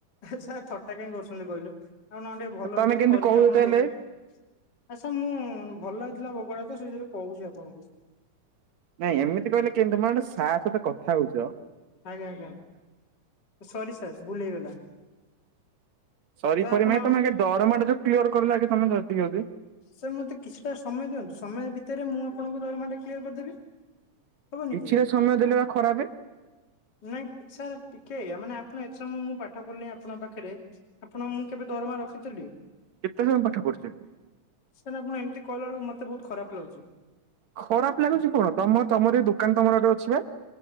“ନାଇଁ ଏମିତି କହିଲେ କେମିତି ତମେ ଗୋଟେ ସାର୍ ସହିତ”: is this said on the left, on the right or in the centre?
Right